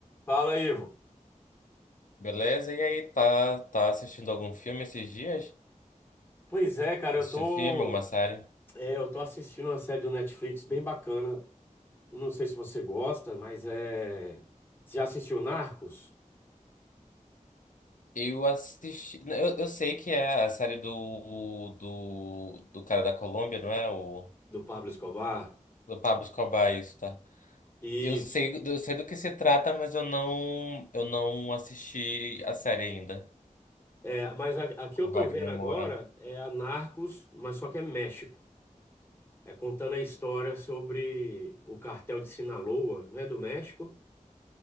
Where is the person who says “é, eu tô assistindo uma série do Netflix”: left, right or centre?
Left